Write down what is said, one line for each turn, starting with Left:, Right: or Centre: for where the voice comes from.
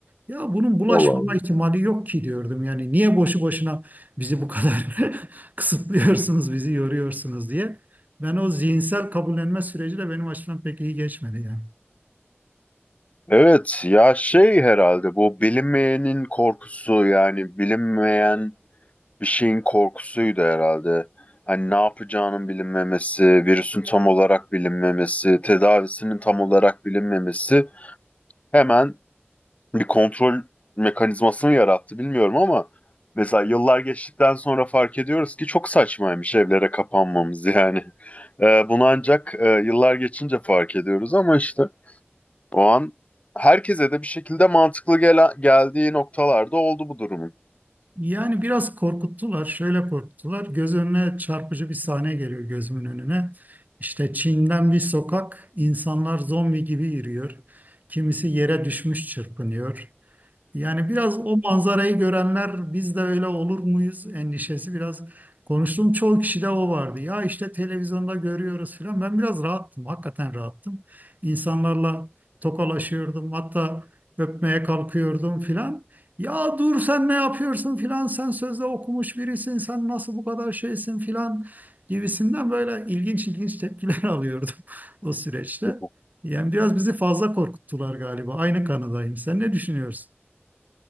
Right: Ya bunun bulaşmama
Left: Vallahi. oldu.
Right: ihtimali yok ki diyordum. Yani niye boşu boşuna bizi bu kadar <laughs> kısıtlıyorsunuz, bizi yoruyorsunuz diye. Ben o zihinsel kabullenme süreci de benim açımdan pek iyi geçmedi yani.
Left: Evet ya şey herhalde bu bilinmeyenin korkusu yani bilinmeyen bir şeyin korkusuydu herhalde. Hani ne yapacağının bilinmemesi, virüsün tam olarak bilinmemesi, tedavisinin tam olarak bilinmemesi hemen bir kontrol mekanizmasını yarattı bilmiyorum ama mesela yıllar geçtikten sonra fark ediyoruz ki çok saçmaymış evlere kapanmamız yani. Ee, bunu ancak e, yıllar geçince fark ediyoruz ama işte o an herkese de bir şekilde mantıklı gele- geldiği noktalarda oldu bu durumun.
Right: Yani biraz korkuttular, şöyle korkuttular. Göz önüne çarpıcı bir sahne geliyor gözümün önüne. İşte Çin'den bir sokak, insanlar zombi gibi yürüyor. Kimisi yere düşmüş çırpınıyor. Yani biraz o manzarayı görenler biz de öyle olur muyuz endişesi biraz konuştum çoğu kişide o vardı. Ya işte televizyonda görüyoruz filan. Ben biraz rahattım. Hakikaten rahattım. İnsanlarla tokalaşıyordum. Hatta öpmeye kalkıyordum filan. Ya dur sen ne yapıyorsun filan. Sen sözde okumuş birisin. Sen nasıl bu kadar şeysin filan gibisinden böyle ilginç ilginç tepkiler <laughs> alıyordum o süreçte.
Left: <laughs>
Right: Yani biraz bizi fazla korkuttular galiba. Aynı kanıdayım. Sen ne düşünüyorsun?